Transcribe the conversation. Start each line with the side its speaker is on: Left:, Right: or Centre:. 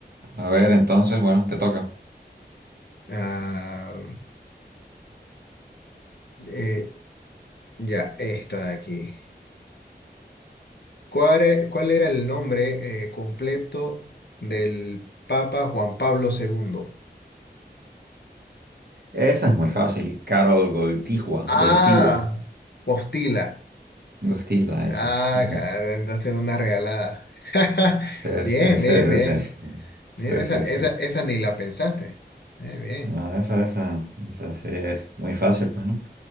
Right: A ver, entonces, bueno, te toca.
Left: Ah, eh, ya, esta de aquí. ¿Cuál, e- cuál era el nombre eh, completo del Papa Juan Pablo segundo
Right: Esa es muy fácil. Carol Goltigua, Goltigua,
Left: Ah, Postila.
Right: Gostila,
Left: Ah,
Right: esa. Ajá.
Left: claro, entonces una regalada. <laughs>
Right: Sí,
Left: Bien,
Right: sí, sí,
Left: bien, bien.
Right: sí, sí.
Left: Mira,
Right: Sí,
Left: esa,
Right: sí, sí.
Left: esa, esa ni la pensaste. Eh, bien.
Right: No, esa, esa, esa sí es muy fácil, pues, ¿no?